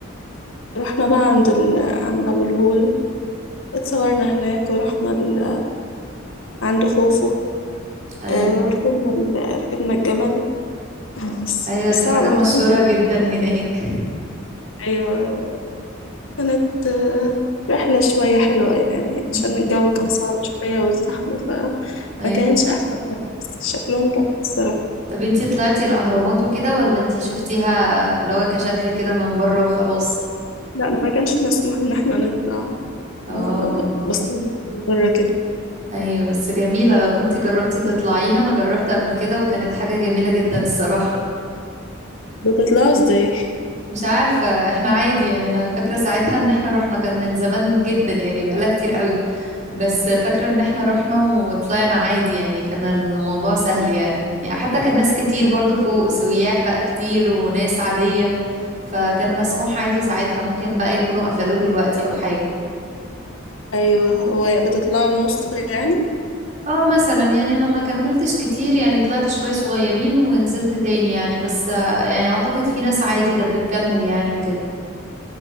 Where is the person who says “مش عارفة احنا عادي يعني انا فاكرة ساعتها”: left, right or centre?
Right